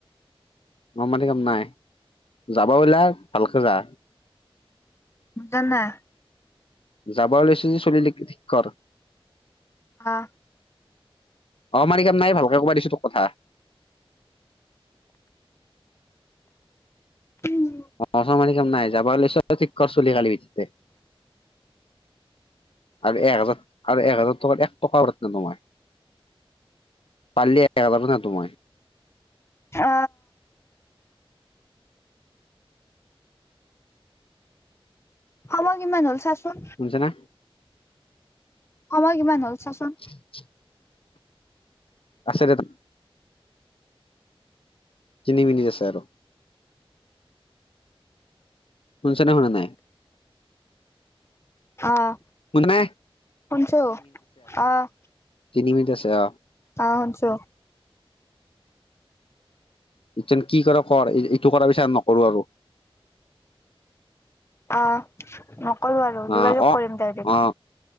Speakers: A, on the left; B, on the left.
A: ম মাটি কাম নাই যাব বিলাক ভালকে যা।
B: বুজানা।
A: যাব ওলাইছোঁ যদি চুলি ঠিক কৰ।
B: অ।
A: অ মাটিকাম নাই ভালকে কবাই দিছোঁ তোক কথা।
B: উম।
A: আমাৰ ওচৰত মাটি কাম নাই যাবা লৈছ ঠিক কৰ চলি কালি পিঠিতে। আৰু এক হাজাৰ আৰু এক হাজাৰ টকাৰ এক টকা ৰেত নিদো মই। পালি একহাজাৰ তো মই।
B: আ সময় কিমান হ'ল চাচোন?
A: শুনিছনে?
B: সময় কিমান হ'ল চাচোন?
A: <unintelligible> আছে তেতা কিনি মেলি আছে আৰু। শুনি চ নে শুনা নাই?
B: আহ
A: শুনা নাই
B: শুনছো আহ।
A: তিনিমিটিত আছে অ।
B: অ শুনছো।
A: এতিয়েন কি কৰ কৰ, এই এইটো কৰা পিছত নকৰোঁ আৰু।
B: অ নকৰোঁ আৰু
A: আহ
B: যোগাযোগ
A: অ
B: কৰিম ডাইৰেক্ট।
A: অ